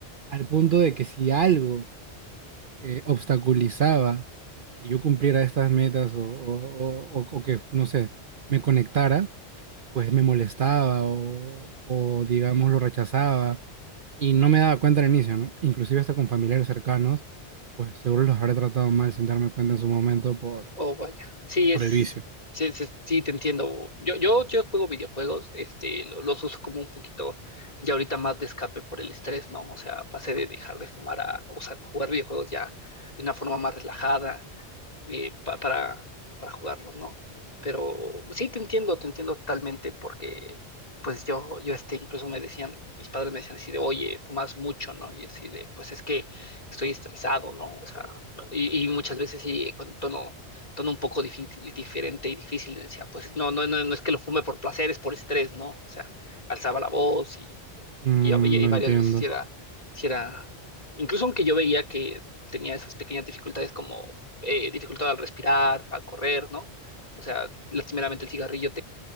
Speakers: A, on the right (about 55°); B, on the left (about 35°).
A: al punto de que si algo eh, obstaculizaba que yo cumpliera estas metas o, o- o- o- que, no sé, me conectara, pues me molestaba o, o, digamos, lo rechazaba y no me daba cuenta al inicio, ¿no? Inclusive hasta con familiares cercanos, pues seguro los habré tratado mal sin darme cuenta en su momento por,
B: Oh, vaya. Sí, es,
A: por el vicio.
B: sí, sí, sí, te entiendo. Yo, yo, yo juego videojuegos, este, lo- los uso como un poquito, ya ahorita más de escape por el estrés, ¿no? O sea, pasé de dejar de fumar a, o sea, jugar videojuegos ya de una forma más relajada eh, pa- para, para jugarlos, ¿no? Pero sí te entiendo, te entiendo totalmente, porque pues yo, yo este, incluso me decían, mis padres me decían así de, oye, fumas mucho, ¿no? Y así de, pues es que estoy estresado, ¿no? O sea, ¿no? y, y muchas veces sí, con tono, tono un poco difi- diferente y difícil, les decía, pues no, no, no, no es que lo fume por placer, es por estrés, ¿no? O sea, alzaba la voz y
A: Mm,
B: y, y- y
A: lo
B: varias
A: entiendo.
B: veces sí era, sí era, incluso aunque yo veía que tenía esas pequeñas dificultades como eh, dificultad al respirar, al correr, ¿no? O sea, lastimeramente el cigarrillo